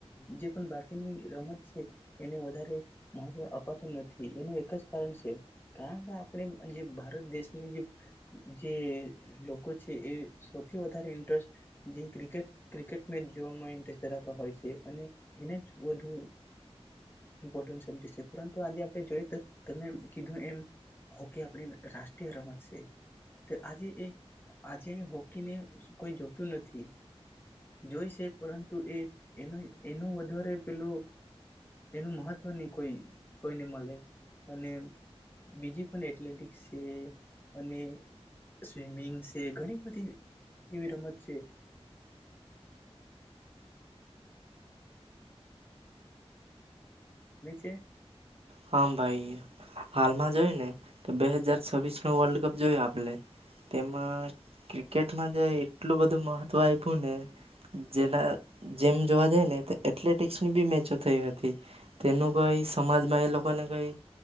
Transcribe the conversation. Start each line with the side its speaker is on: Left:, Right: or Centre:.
Left: જે પણ બાકીની રમત છે એને વધારે મહત્વ અપાતું નથી. એનું એક જ કારણ છે કારણ કે આપણે જે ભારત દેશની જે જે લોકો છે એ સૌથી વધારે ઇન્ટરેસ્ટ જે ક્રિકેટ ક્રિકેટ મેચ જોવામાં ઇન્ટસ્ટ ધરાવતો હોય છે અને એને જ વધુ ઇમ્પોર્ટ સમજે છે પરંતુ આજે તમે કીધું એમ હોકી આપણી રાષ્ટ્રીય રમત છે આજે એ આજે હોકીને કોઈ જોતું નથી જોઈ છે પરંતુ એનું એનું વધારે પેલું એનું મહત્વ નહી કોઈ કોઈને મળ અને બીજી પણ એથ્લેટિક છે અને સ્વિમિંગ છે ઘણી બધી એવી રમત છે.
Right: હા ભાઈ હાલમાં જોય ને તો બે હજાર છવ્વીસ નો વર્લ્ડ કપ જોયયો આપણે તેમાં ક્રિકેટમાં જ એટલું બધું મહત્વ આપ્યું ને જેના જેમ જોવા જઈ ને તો એથ્લેટિકસ ની બી મેચો થઈ હતી તેનું કઈ સમાજમાં એ લોકો લોકો ને કઈ